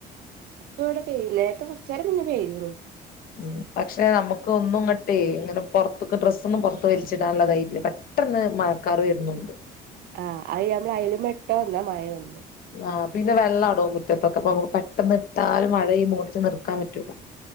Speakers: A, on the right; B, on the left.
A: ഇപ്പൊ ഇവിടെ പെയ്യുന്നില്ല നേരത്തെ കോർച്ചേരം മുന്നേ പെയ്തിരുന്നു
B: മ് പക്ഷെ നമുക്ക് ഒന്നും ഇങ്ങട്ട് <inaudible> ഇങ്ങനെ പുറത്തൊക്കെ ഡ്രസ്സൊന്നും പുറത്ത് വലിച്ചിടാനുള്ളധൈര്യല്ല, പെട്ടെന്ന് മഴക്കാർ വരുന്നുണ്ട്.
A: ആഹ് അത് ഞമ്മള് അയിൽമെട്ട് വന്നാ മഴ വന്നു
B: ആഹ് പിന്നെ വെള്ളടോ മുറ്റത്തൊക്കെ അപ്പൊ നമുക്ക് പെട്ടെന്ന് ഇട്ടാലും മഴവന്ന ഓടിച്ചെന്ന് എടുക്കാൻ പറ്റൂല